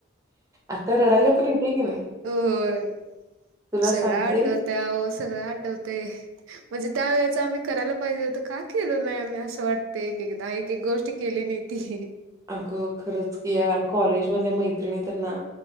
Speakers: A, on the right (about 15°); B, on the right (about 80°).
A: आता रडायला पण येते की नाही
B: होय
A: तुला
B: सगळं
A: सांगते
B: आठवत अहो सगळं आठवते म्हणजे त्या वेळेच आम्ही करायला पाहिजे होतं काय केलो नाही आम्ही असं वाटतं एकदा एक एक गोष्टी केली मी ती
A: अगं खरंच की यार कॉलेज मधल्या मैत्रिणी तर ना